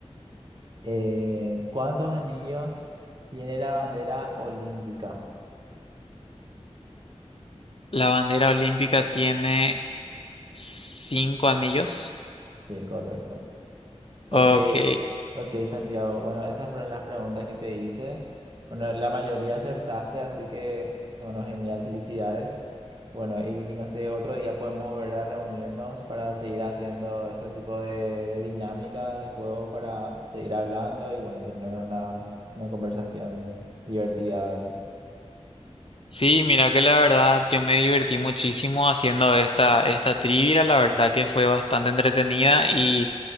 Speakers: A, on the right (about 45°); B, on the left (about 55°).
A: Eh, ¿cuántos anillos tiene la bandera olímpica?
B: La bandera olímpica tiene cinco anillos.
A: Sí, correcto. Ok,
B: Ok.
A: ok, Santiago. Bueno, esas fueron las preguntas que te hice. Bueno, la mayoría acertaste, así que, bueno, genial, felicidades. Bueno, y no sé, otro día podemos volver a reunirnos para seguir haciendo este tipo de, de dinámicas, de juegos, para seguir hablando y, bueno, tener una, una conversación divertida, ¿verdad?
B: Sí, mira que la verdad yo me divertí muchísimo haciendo esta, esta trivia. La verdad que fue bastante entretenida y